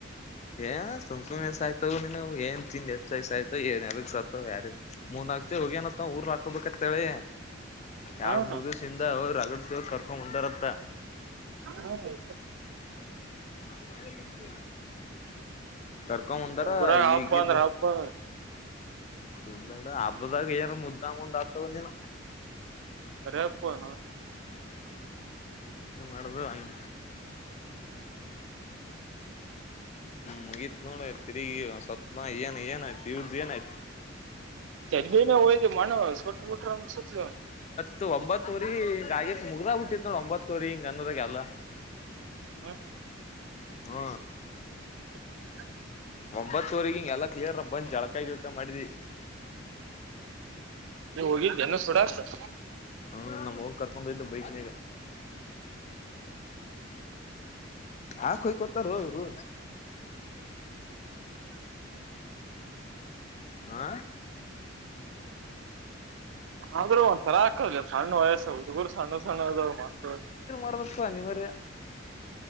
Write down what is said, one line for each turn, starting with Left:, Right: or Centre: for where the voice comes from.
Left: ಏ ಸಂ ಆಯ್ತವ ನೀಿನ ಏನ್ ತಿಿಂದ ಹೆಚ್ಚಾಯ್ ಆಯ್ತು ಮ ಏನ್ಯದಕ್ ಸತ್ತ ಯಾರ ಮೂನ್ ಆಗ್ತಿ ಹೋಗಿ ಅನತ್ ಊರ್ ಹಾಕೋಬೇಕತ್ತಳಿ ಯಾರ್
Right: ಹ್ಮ್
Left: ಮೂರ್ ದಿವ್ಸ ಇಿಂದ ಅವ ರಾಗಡಸ ಕರ್ಕೊಂಡ ಮುಂದಾರತ್ತ
Right: ಹ್ಮ್
Left: ಅ ಮಾಡಿ ಕರ್ಕೊಂದಾರ
Right: ಊರಾಗ ಹಬ್ಬ
Left: ಈಗಿದ್ದ
Right: ಅಂದ್ರ ಹಬ್ಬ
Left: ಮೊದ್ಲಡ ಹಬ್ಬದಾಗ ಏಾರ ಮುದ್ದ ಮುದ ಆಗ್ತವ ನೀನು
Right: ಕರಪ್ಪ ನ
Left: ಇದು ಮಾಡುದು ಹಂಗ ಮುಗತ್ ನೋಡ ತಿಗಿ ಸತ್ನಾ ಏನ್ ಏನಯ್ತು ಇವೃದು ಏನಾಯ್ತು
Right: ಚಲ್ಲಿಲ್ಲ ನ ಹಯದು ಮನೋ ೋಟ ಮಟ ಅಂ ಸಟ್ <inaudible>
Left: ಇ ಒಂಬತ್ೂರಿಗೆ ಹಿಂಗ ಆಗತ್ ಮುಗ್ದ ಹ ಬಿಟ್ಟಿತ್ ನೋಡಿ ಒಂಬತ್ತವರಿ ಹಿಂಗ ಅನ್ನೂರಗೆ ಅಲ್ಲ
Right: ಹ್ಮ
Left: ಹ್ಮ
Right: ಹ
Left: ಒಂಬತ್ತುವರೆ ಹಿಂಗ ಎಲ್ಲಾ ಕ್ಲಿಯರ್ ಬಂದ್ ಜಳಕ ಗಿಲ್ಕ ಮಾಡಿದಿ
Right: ನೀ ಹೋಗಿದ್ಯಾನು ಸೋಡಕ
Left: ಹ್ಮ ನಮ್ ಅವ್ವನ್ ಕರ್ಕೊಂಡೋಗಿದ್ದೆ ಬೈಕ್ನಗ ಹಾ ಕೊಯ್ಕತಾರ ಅವರು
Right: <unintelligible> <unintelligible>
Left: ಹಾ
Right: ಆದ್ರೂ ಒಂದ್ ತರಾ ಆಕ್ಕಲ್ ಸಣ್ಣ ವಯಸ್ಸ ಹುಡುಗರು ಸಣ್ಣ ಸಣ್ಣ ಅದ ಮಕ್ಕಳು.
Left: ನಡ ದ ನೀವರ